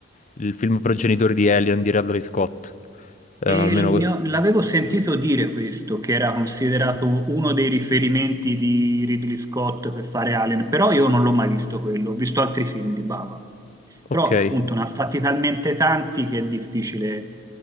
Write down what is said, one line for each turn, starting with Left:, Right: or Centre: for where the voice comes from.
Left: il film progenitore di Alien di Radley Scott, Eh,
Right: E
Left: almeno...
Right: il- ne ho- l'avevo sentito dire questo, che era considerato uno dei riferimenti di Ridley Scott per fare Alien, però io non l'ho mai visto quello, ho visto altri film di Baba
Left: Ok,
Right: però appunto ne ha fatti talmente tanti che è difficile